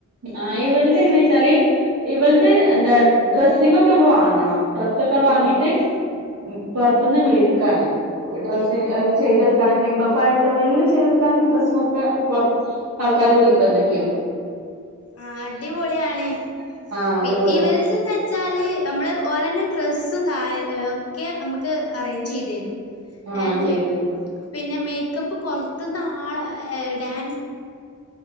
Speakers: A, on the right (about 55°); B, on the left (about 50°).
A: ആഹ് ഇവൽത് എങ്ങനാ വെച്ചാല് ഇവൾത് എന്താ ഡ്രെസ്സിങ്ങൊക്കെ നമ്മൾ വാങ്ങണം. ഡ്രസ്സൊക്കെ വാങ്ങീട്ട്
B: ഓ
A: പൊർത്ത്ന്ന് വിളിക്കാണ് ഡ്രസ്സിംഗ്
B: ഏ
A: അഹ് ചെയ്തൊടു ക്കാനും മേക്കപ്പ് ആയിട്ടും എല്ലും ചെയ്തൊടുക്കാന് ഡ്രസ്സിങ്ങൊക്കെ പൊർ ആൾക്കാർ വിളി വന്നക്കേന്നു.
B: ആഹ് അടിപൊളിയാണ്
A: ആഹ് അടിപൊളിയാണ്
B: പി ഇവൽത് ന്ന് വെ ച്ചാല് നമ്മള് ഓലെന്നെ ഡ്രസ്സും കാ ഒക്കെ നമുക്ക് അറേഞ്ച് ചെയ്തെരും.
A: ആഹ്
B: ആന്റ്
A: ചെയ്തു തരും
B: പിന്നെ മേക്കപ്പ് പൊറത്ത്ന്ന് ആളെ എ ഡാൻസ്